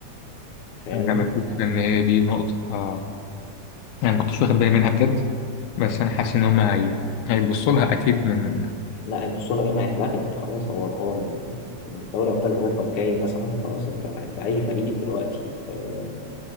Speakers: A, on the left; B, on the left.
A: فاهمني
B: انا بشوف ان هي دي نقطه آه، انا ما كنتش واخد بالي منها بجد بس انا حاسس ان هم هي... هيبصوا لها اكيد من
A: لا البطوله ايه ما هيتلغت خلاص هو هو من من دوري ابطال اوروبا الجاي مثلا خلاص انت انت اي فريق دلوقتي آه،